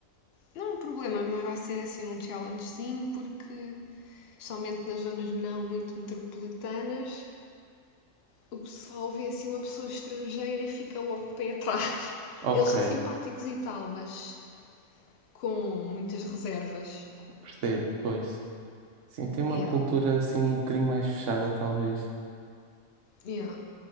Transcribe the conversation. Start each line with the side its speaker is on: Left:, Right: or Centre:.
Left: não um problema, mas vai ser assim um challengezinho porque especialmente nas zonas não muito metropolitanas o pessoal vê assim uma pessoa estrangeira e fica logo de pé atrás. <laughs>
Right: Ok,
Left: Eles são simpáticos e tal, mas com muitas reservas.
Right: percebo, pois. Sim, tem uma
Left: Yeah,
Right: cultura assim um bocadinho mais fechada, talvez.
Left: yeah.